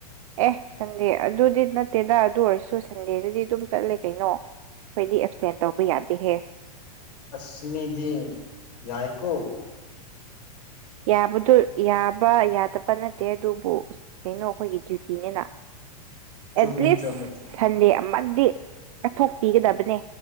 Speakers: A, on the right; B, on the left.
A: ꯑꯦ ꯁꯟꯗꯦ ꯑꯗꯨꯗꯤ ꯅꯠꯇꯦꯗ ꯑꯗꯨ ꯑꯣꯏꯔꯁꯨ ꯁꯟꯗꯦꯗꯗꯤ ꯑꯗꯨꯝ ꯆꯠꯂꯦ ꯀꯩꯅꯣ꯫ ꯑꯩꯈꯣꯏꯗꯤ ꯑꯦꯞꯁꯦꯟ ꯇꯧꯕ ꯌꯥꯗꯦꯍꯦ꯫
B: ꯑꯁꯃꯤꯗꯤ ꯌꯥꯏꯀꯣ
A: ꯌꯥꯕꯗꯨ ꯌꯥꯕ ꯌꯥꯗꯕ ꯅꯠꯇꯦ ꯑꯗꯨꯕꯨ ꯀꯩꯅꯣ ꯑꯩꯈꯣꯏꯒꯤ ꯗ꯭ꯌꯨꯇꯤꯅꯤꯅ
B: ꯆꯨꯝꯃꯤ
A: ꯑꯦꯠꯂꯤꯁ
B: ꯆꯨꯝꯃꯤ ꯆꯨꯝꯃꯤ
A: ꯁꯟꯗꯦ ꯑꯃꯗꯤ ꯀꯠꯊꯣꯛꯄꯤꯒꯗꯕꯅꯦ